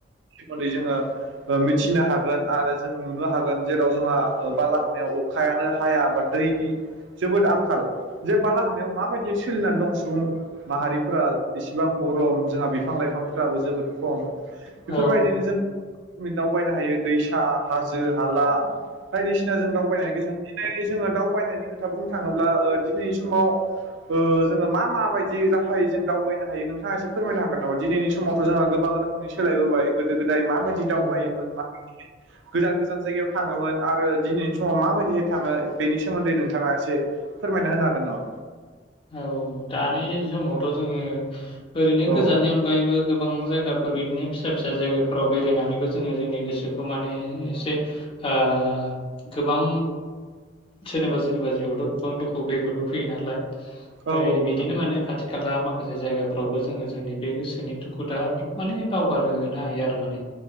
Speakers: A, on the right; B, on the left.
A: सोमोनदै जोङो अ मिथिनो हागोन आरो जों नुनो हागोन जेराव जोंहा अ बालाहामायाव अखायानो हाया बा दैनि जोबोद आंखाल जे बालाहामायाव माबायदि सोलिनानै दं सुबुं माहारिफोरा इसे बिसेबां गरम जोंहा बिफां लाइफांफोराबो जोबोद खम बेफोरबायदिनो
B: औ
A: जों दावउबायनो हायो दैसा हाजो हाला बायदिसिना जों दावबायनायनि गोसान जोङो दावबायनायनि खोथा बुंनो थाङोब्ला ओ दिनैनि समाव ओ जोङो मा माबायदि राहायै जों दावबायनो हायो नोंथाङा एसे फोरमायनो हागोन नामा दिनैनि समावथ' जोंहा गोबां रोखोमनि सोलायबोबाय गोदो गोद दाय माबायदि दावबायोमोन
B: औ औ
A: माबायदि <inaudible> गोजान गोजान जायगायाव थाङोमोन आरो दिनैनि समाव माबायदिहाय थाङो बेनि सोमोन्दै नोंथाङा एसे फोरमायना होनो हागोन नामा
B: औ दानि समावथ' जोङो ओरैनो
A: औ
B: गोजाननि अनगायैबो गोबां जाय गाफोर बिदिनो फिसा फिसा जायगाफोराव बेरायनानैबो जोङो जोंनि गोसोखौ माने एसे ओ गोबां सोरनिबा सोरनिबा जिउआवथ' गोबां दुखु खैफोदबो फैयो नालाय ओइ
A: औ औ
B: बिदिनो
A: नोंथां
B: माने खाथि खाला माखासे जायगाफोरावबो जोङो जोंनि बे गोसोनि दुखु दाहाफोरखौ माने बावगारहो हायो आरो माने